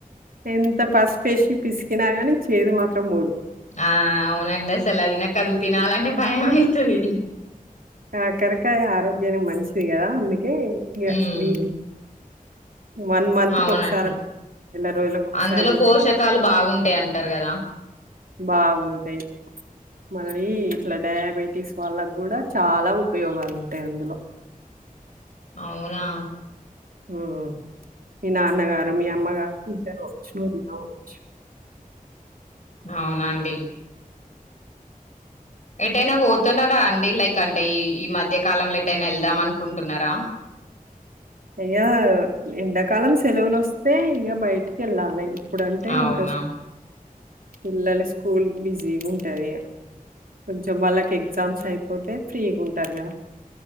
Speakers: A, on the right; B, on the left.
A: ఎంత పసుపేసి పిసికిిన గాని చేదు మాత్రం పోదు
B: ఆ అవునండి అసలు అది నా కదువు తినాలంటే భయం అయితది
A: ఆ కాకరకాయ ఆరోగ్యానికి మంచిది కదా అందు కే ఇగ
B: ఉమ్
A: వీక్ వన్ మంత్కి
B: అవునండి
A: ఒకసారి నెల రోజులలకు ఒకసారి
B: అందులో
A: తింటే
B: పోషకాలు బాగుంటాయి అంటారు కదా
A: బాగుంటాయి మరీ ఇట్లా డయాబెటీస్ వాళ్ళకు కూడా చాలా ఉపయోగాలు ఉంటాయి అందులో
B: అవునా
A: ఉమ్ మీ నాన్నగారు మీ అమ్మగారు తింటారు పోవచ్చు నువ్వు తిన పోవచ్చు
B: అవునండి ఎటైనా పోతున్నారా అండి లైక్ ఎందుకంటే ఈ ఈ మధ్య కాలంలో ఎటైనా వెళ్దాం అనుకుంటున్నారా
A: ఇయ్యా ఎండాకాలం సెలవులు వస్తే ఇక బయటికి వెళ్ళాలి అప్పుడంటే
B: అవునా
A: ఇంకా. పిల్లలు స్కూల్ బిజీగా ఉంటాది కొంచం వాళ్ళకి ఎగ్జామ్స్ అయిపోతే ఫ్రీగా ఉంటారు కదా.